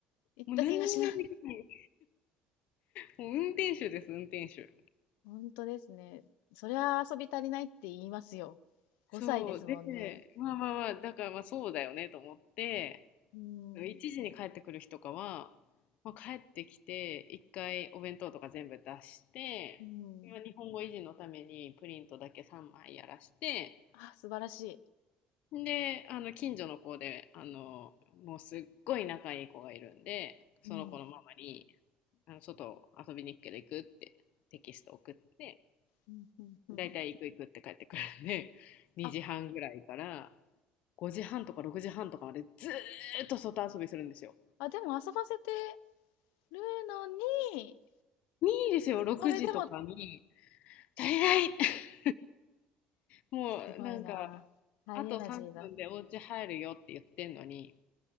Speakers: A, on the left (about 85°); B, on the left (about 50°).
A: 行った気がしない。
B: う何にもできない。もう運転手です、運転手。
A: <laughs> 本当ですね。そりゃ遊び足りないって言いますよ。5歳ですもんね。
B: そう。で、まあまあまあ、だからまあそうだよねと思って、
A: うん。
B: 1時に帰ってくる日とかは、まあ、帰ってきて一回お弁当とか全部出して今日本語維持のためにプリントだけ3枚やらして
A: うん。あ、素晴らし
B: であの近所の子であのもうすっごい仲いい子がいるんでその子のママに
A: い。うん。
B: 「あの外遊びに行くけど行く?」ってテキスト送って
A: うん、うん、うん。
B: 大体行く行くって帰ってくるんで2時半ぐらいから
A: あ、
B: 5時半とか6時半とかまでずーっと外遊びするんですよ。
A: あ、でも遊ばせてるのに、
B: いいですよ6時とかに
A: これでも、
B: 足りない <laughs> もうなんか、
A: すごいな。ハイエナジーだ。
B: あと3分でお家入るよって言ってんのに、